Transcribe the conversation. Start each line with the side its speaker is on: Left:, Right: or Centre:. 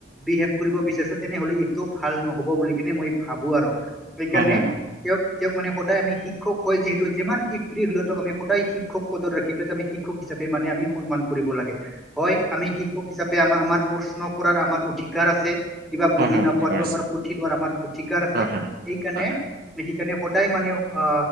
Centre: বিহেভ কৰিব বিচাৰিছো- তেনেহলে এইটো ভাল নহ'ব বুলি কেনে মই ভাবো আৰু সেইকাৰণে-
Right: হয় হয় হয়
Centre: তেওঁক তেওঁক মানে সদায় আমি শিক্ষক হয় যিহেতু যিমান কি ফ্ৰী হলেও তেওঁক আমি সদায় শিক্ষক- পদত ৰাখিলে ত আমি শিক্ষক হিচাপে মানে আমি সন্মান কৰিব লাগে। হয় আমি শিক্ষক হিচাপে আমাৰ আমাৰ প্ৰশ্ন কৰাৰ আমাৰ অধিকাৰ আছে। কিবা
Right: হয়
Centre: বুজি
Right: হয় হয়
Centre: নপোৱাটো
Right: হয় হয়
Centre: আমাৰ সুধি লোৱাৰ আমাৰ অধিকাৰ আছে
Right: হয়
Centre: সেইকাৰণে
Right: হয়
Centre: সেইকাৰণে সদায় মানে- অ